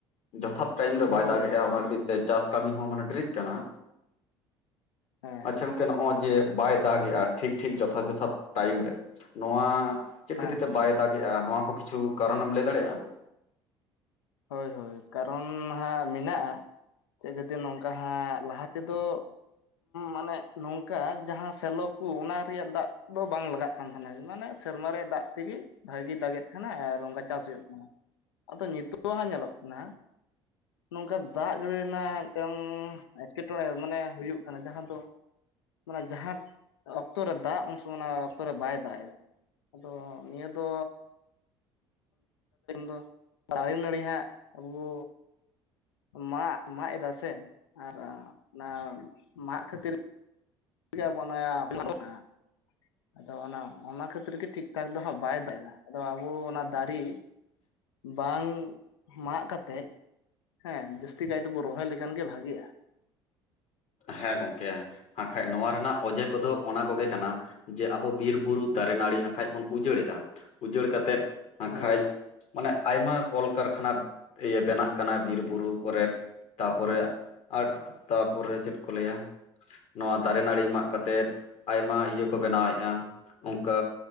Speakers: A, on the left (about 50°); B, on the left (about 75°).
A: ᱡᱚᱛᱷᱟᱛ ᱴᱟᱭᱤᱢ ᱨᱮ
B: ᱦᱳᱭ
A: ᱵᱟᱭ ᱫᱟᱜᱮᱼᱟ
B: ᱦᱳᱭ
A: ᱚᱱᱟ
B: ᱴᱷᱤᱠ
A: ᱠᱷᱟᱹᱛᱤᱨ ᱛᱮ ᱪᱟᱥ ᱠᱟᱹᱢᱤ ᱦᱚᱸ ᱢᱟᱱᱮ ᱰᱤᱨᱤᱜ ᱠᱟᱱᱟ᱾
B: ᱦᱮᱸ ᱦᱮᱸ
A: ᱟᱪᱪᱷᱟ ᱜᱚᱝᱠᱮ
B: ᱴᱷᱤᱠ
A: ᱱᱚᱜᱼᱚᱭ
B: ᱴᱷᱤᱠ
A: ᱡᱮ ᱵᱟᱭ ᱫᱟᱜᱮᱼᱟ ᱴᱷᱤᱠ ᱴᱷᱤᱠ ᱡᱚᱛᱷᱟᱛ ᱡᱚᱛᱷᱟᱛ ᱴᱟᱭᱤᱢ ᱨᱮ ᱱᱚᱣᱟ ᱪᱮᱫ
B: ᱦᱮᱸ
A: ᱠᱷᱟᱹᱛᱤᱨ ᱛᱮ ᱵᱟᱭ ᱫᱟᱜ ᱮᱜᱼᱟ ᱱᱚᱣᱟ ᱠᱚ ᱠᱤᱪᱷᱩ ᱠᱟᱨᱚᱱ ᱮᱢ ᱞᱟᱹᱭ ᱫᱟᱲᱮᱭᱟᱜᱼᱟ
B: ᱦᱳᱭ ᱦᱳᱭ ᱠᱟᱨᱚᱱ ᱦᱟᱸᱜ ᱢᱮᱱᱟᱜᱼᱟ ᱪᱮᱫ ᱠᱷᱟᱹᱛᱤᱨ ᱱᱚᱝᱠᱟ ᱦᱟᱸᱜ ᱞᱟᱦᱟ ᱛᱮᱫᱚ ᱢᱟᱱᱮ ᱱᱚᱝᱠᱟ ᱡᱟᱦᱟᱸ ᱥᱮᱞᱚ ᱠᱚ ᱚᱱᱟ ᱨᱮᱭᱟᱜ ᱫᱟᱜ ᱫᱚ ᱵᱟᱝ ᱞᱟᱜᱟᱜ <inaudible> ᱠᱟᱱ ᱛᱟᱦᱮᱸᱱᱟ ᱢᱟᱱᱮ ᱥᱮᱨᱢᱟ ᱨᱮᱭᱟᱜ ᱫᱟᱜ ᱛᱮ ᱜᱮ ᱵᱷᱟᱹᱜᱤ ᱫᱟᱜᱮᱫ ᱛᱟᱸᱦᱮᱱᱟ ᱟᱨ ᱚᱱᱠᱟ ᱪᱟᱥ ᱦᱩᱭᱩᱜ ᱠᱟᱱᱟ ᱟᱫᱚ ᱱᱤᱛᱚᱜ ᱦᱟᱸᱜ ᱧᱮᱞᱚᱜ ᱠᱟᱱᱟ <inaudible> ᱱᱚᱝᱠᱟ ᱫᱟᱜ ᱡᱟᱹᱲᱤ ᱨᱮᱱᱟᱜ ᱢᱤᱫᱴᱟᱝ ᱮᱴᱠᱮ ᱴᱚᱬᱮ ᱢᱟᱱᱮ ᱦᱩᱭᱩᱜ ᱠᱟᱱᱟ ᱡᱟᱦᱟᱸ ᱫᱚ ᱢᱟᱱᱮ ᱡᱟᱦᱟᱸ ᱚᱠᱛᱚ ᱨᱮ ᱫᱟᱜ ᱩᱱ ᱥᱚᱢᱚᱭ ᱚᱱᱟ ᱚᱠᱛᱚ ᱨᱮ ᱵᱟᱭ ᱫᱟᱜ ᱮᱫᱟ ᱟᱫᱚ ᱱᱤᱭᱟᱹ ᱫᱚ <inaudible> ᱫᱟᱨᱮᱼᱱᱟᱹᱲᱤ ᱦᱟᱸᱜ ᱟᱵᱚ ᱢᱟᱜ ᱢᱟᱜ ᱮᱫᱟ ᱥᱮ ᱟᱨ ᱚᱱᱟ ᱢᱟᱜ ᱠᱷᱟᱹᱛᱤᱨ ᱜᱮ ᱟᱵᱚᱣᱟᱜ ᱱᱚᱣᱟ <inaudible> ᱟᱫᱚ ᱚᱱᱟ ᱚᱱᱟ ᱠᱷᱟᱹᱛᱤᱨ ᱜᱮ ᱴᱷᱤᱠ ᱴᱷᱟᱠ ᱫᱚ ᱦᱟᱸᱜ ᱵᱟᱭ ᱫᱟᱭ ᱮᱫᱟ ᱟᱫᱚ ᱟᱵᱚ ᱚᱱᱟ ᱫᱟᱨᱮ ᱵᱟᱝ ᱢᱟᱜ ᱠᱟᱛᱮᱡ ᱦᱮᱸ ᱡᱟᱹᱥᱛᱤ ᱠᱟᱭ ᱛᱮᱵᱚ ᱨᱚᱦᱚᱭ ᱞᱮᱠᱷᱟᱱ ᱜᱮ ᱵᱷᱟᱜᱮᱼᱟ
A: ᱦᱮᱸ ᱜᱚᱝᱠᱮ ᱱᱟᱠᱷᱟᱡ ᱱᱚᱣᱟ ᱨᱮᱱᱟᱜ ᱚᱸᱡᱮ ᱠᱚ ᱫᱚ ᱚᱱᱟ ᱠᱚ ᱜᱮ ᱠᱟᱱᱟ ᱡᱮ ᱟᱵᱚ ᱵᱤᱨ ᱵᱩᱨᱩ ᱫᱟᱨᱮ ᱱᱟᱹᱲᱤ ᱦᱟᱠᱷᱟᱡ ᱵᱚᱱ ᱩᱡᱟᱹᱲᱮᱜᱼᱟ ᱩᱡᱟᱹᱲ ᱠᱟᱛᱮᱫ ᱱᱟᱠᱷᱟᱡ
B: ᱦᱳᱭ
A: ᱢᱟᱱᱮ ᱟᱭᱢᱟ ᱠᱚᱞ ᱠᱟᱨᱠᱷᱟᱱᱟ ᱤᱭᱟᱹ ᱵᱮᱱᱟᱜ ᱠᱟᱱᱟ ᱵᱤᱨᱼᱵᱩᱨᱩ ᱠᱚᱨᱮᱱ ᱛᱟᱨ ᱯᱚᱨᱮ ᱟᱨ ᱛᱟᱨ ᱯᱚᱨᱮ ᱪᱮᱫ ᱠᱚ ᱞᱟᱹᱭᱟ ᱱᱚᱣᱟ ᱫᱟᱨᱮ ᱱᱟᱹᱲᱤ ᱢᱟᱜ ᱠᱟᱛᱮᱫ ᱟᱭᱢᱟ ᱤᱭᱟᱹ ᱠᱚ ᱵᱮᱱᱟᱣᱮᱫᱼᱟ ᱚᱱᱠᱟ